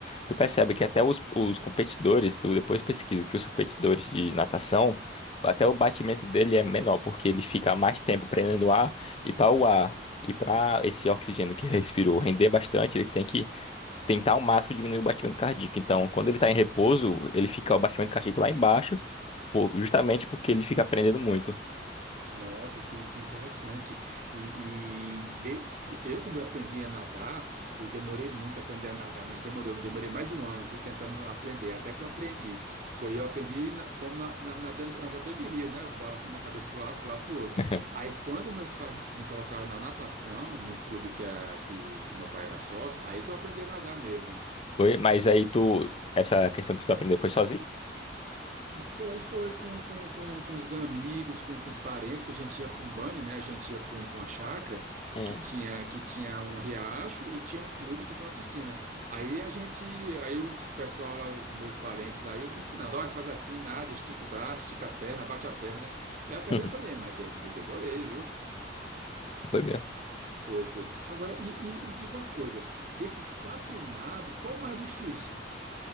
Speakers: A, on the left; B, on the right.
A: Tu percebe
B: É.
A: que até os, os competidores, tu depois pesquisa que os competidores de natação, até o batimento dele é menor, porque ele fica mais tempo prendendo o ar e para o ar. E para esse oxigênio que ele respirou render bastante, ele tem que tentar ao máximo diminuir o batimento cardíaco. Então, quando ele está em repouso, ele fica o batimento cardíaco lá embaixo, por- justamente porque ele fica prendendo muito.
B: Nossa, que, que interessante. E, e de- eu, quando eu aprendi a nadar, eu demorei muito a aprender a nadar, mas demorou, demorei mais um ano, viu, tentando aprender, até que eu aprendi. Foi, eu aprendi na- como na, na- nadando, nadador de rio, né? Balançando a cabeça para um lado, para lado, para o outro.
A: <laughs>
B: Aí, quando meus pais me colocaram na natação, no clube que, é- que, que meu pai era sócio, aí que eu aprendi a nadar mesmo.
A: Foi, mas aí tu, essa questão que tu aprendeu foi sozinho?
B: Foi, foi com, com, com, com os amigos, com, com os parentes, que a gente ia para um banho, né? A gente ia para um, pra uma chácara
A: Hum.
B: que tinha, que tinha um riacho e tinha um clube que tinha uma piscina. Aí a gente, aí os pessoal lá, os meus parentes lá, eu me ensinando, olha, faz assim, nada, estica o braço, estica a perna, bate a perna. Eu acabei
A: <laughs>
B: aprendendo, mas de- eu demorei, viu?
A: Foi mesmo.
B: Foi, foi. Agora, me, me, me diga uma coisa, desses quatro nados, qual o mais difícil?